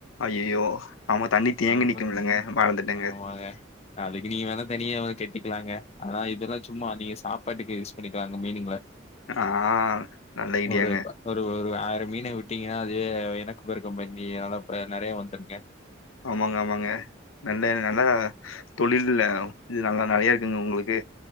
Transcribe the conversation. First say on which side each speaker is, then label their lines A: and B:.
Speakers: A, on the left (about 85°); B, on the left (about 30°).
A: அய்யய்யோ ஆமா தண்ணி தேங்கி
B: ஆமா
A: நிக்குமல்லங்க மறந்துட்டங்க
B: ஆமாங்க அதுக்கு நீங்க வேணா தனியா எதா கட்டிக்கலாங்க ஆனா இதெல்லா சும்மா நீங்க சாப் பாட்டுக்க யூஸ் பண்ணிக்கலாங்க மீனுங்கள
A: ஆ நல்ல ஐடியாங்க
B: ஒரு ஒரு ஒரு ஆயிர மீன விட் டிங்கனா அதுவே எனப்பெருக்கம் பண்ணி நல்லா நெறையா வந்துருங்க
A: ஆமாங்க ஆமாங்க நல்ல நல்லா தொழில்ல இது நாங்க நெறையா இருக்குங்க உங்ளுக்கு